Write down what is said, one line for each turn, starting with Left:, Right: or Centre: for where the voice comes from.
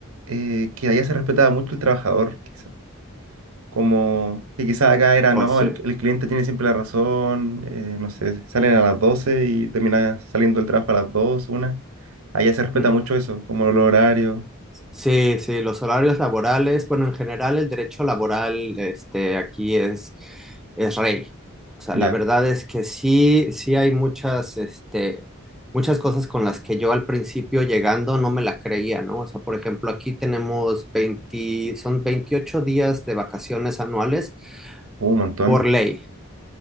Right: eh, que allá se respetaba mucho el trabajador, quizás. Como que quizás acá era,
Centre: O
Right: no,
Centre: sea,
Right: el, el cliente tiene siempre la razón, eh, no sé, salen a las 12 y termina saliendo el trabajo a las 2 una. Allá se respeta
Centre: mm.
Right: mucho eso, como los horarios,
Centre: Sí, sí, los horarios laborales, bueno, en general el derecho laboral, este, aquí es, es rey. O sea,
Right: ya,
Centre: la verdad es que sí, sí hay muchas, este, muchas cosas con las que yo al principio llegando no me la creía, ¿no? O sea, por ejemplo, aquí tenemos 20, son 28 días de vacaciones anuales
Right: un montón,
Centre: por ley.